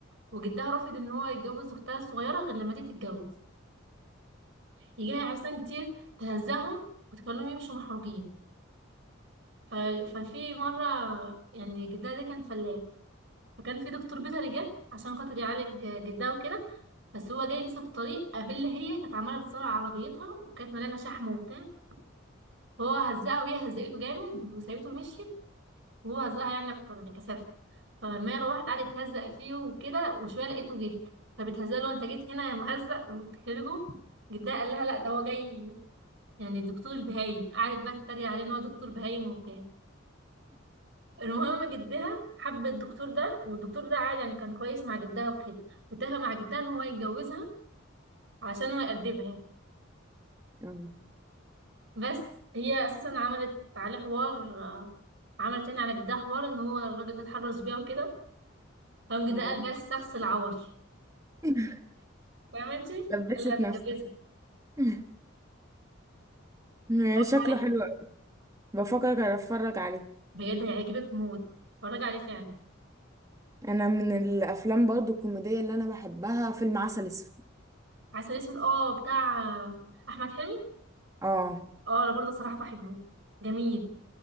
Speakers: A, on the right (about 65°); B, on the right (about 15°).
A: وجدها رافض ان هو يتجوز اختها الصغيره غير لما دي تتجوز يجي لها عرسان كتير تهزهم وتخليهم يمشوا محروجين ف... ففي مره يعني جدها ده كان فلاح فكان في دكتور بيطري جه عشان خاطر يعالج جدها وكده بس هو جاي لسه في الطريق قابل هي كانت عماله بتسرع عربيتها وكانت مليانه شحم وبتاع فهو هزقها وهي هزقته جامد وسابته ومشيت وهو هزقها يعني اكتر يعني كثافه فالمية روحت قعدت تهزق فيه وكده وشويه لقيته جه فبتهزقه له انت جيت هنا يا مهزق وبتخرجه جدها قال لها لا ده هو جاي يعني الدكتور البهايم قعدت بقى تتريق عليه ان هو دكتور بهايم وبتاع المهم جدها حب الدكتور ده والدكتور ده عادي يعني كان كويس مع جدها وكده واتفق مع جدها ان هو يتجوزها عشان هو يقدمها يعني
B: <clears throat> آه،
A: بس هي اساسا عملت عليه حوار آه، عملت يعني على جدها حوار ان هو الراجل ده اتحرش بيها وكده فقام جدها
B: يعني
A: قال بس شخص العوري
B: <laughs>
A: فاهمة انت
B: لبست
A: اللي هتتجوزها
B: نفسك <clears throat> <laughs>
A: اتفرجت
B: شكله
A: عليه
B: حلو قوي بفكر اتفرج عليه
A: بجد هيعجبك موت اتفرج عليه فعلا
B: انا من الافلام برضو الكوميدية اللي انا بحبها فيلم عسل اسود
A: عسل اسود اه بتاع احمد حلمي
B: اه
A: اه انا برضه صراحة بحبه جميل